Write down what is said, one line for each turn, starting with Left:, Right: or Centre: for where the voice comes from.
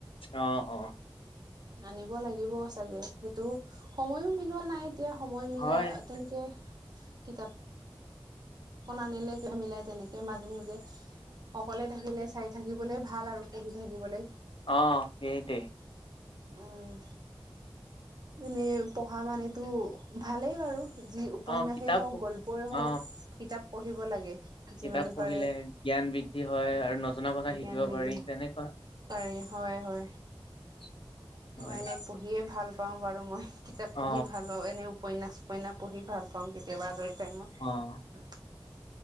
Left: অ', -অ',
Right: আনিব লাগিব চাগে সেইটো সময়ো মিলোৱা নাই। এতিয়া সময় মিলাই
Left: হয়
Right: তেনেকে কিতাপ খনো আনিলে কিয় মিলাই তেনেকে মাজে মাজে অকলে থাকিলে চাই থাকিবলৈ ভাল আৰু পঢ়ি থাকিবলৈ
Left: অ', সেইটোৱে
Right: উম এনেই পঢ়া মানেতো ভালেই বাৰু। যি উপন্যাসেই
Left: অ কিতাপ
Right: হওক গল্পই হওক
Left: অ
Right: কিতাপ পঢ়িব লাগে। যিমান
Left: কিতাপ পঢ়িলে
Right: পাৰে
Left: জ্ঞান বৃদ্ধি হয়
Right: উম,
Left: আৰু নজনা কথা শিকিব
Right: জ্ঞান বৃদ্ধি
Left: পাৰি তেনেকুৱা
Right: পাৰি হয়-হয়।
Left: <unintelligible> হয়
Right: অ', এনেই পঢ়িয়ে ভাল পাওঁ বাৰু মই কিতাপ
Left: অ
Right: পঢ়ি ভাল পাওঁ এনেও। উপন্যাস চোপন্যাস পঢ়ি ভাল পাওঁ কেতিয়াবা আজৰি টাইমত
Left: অ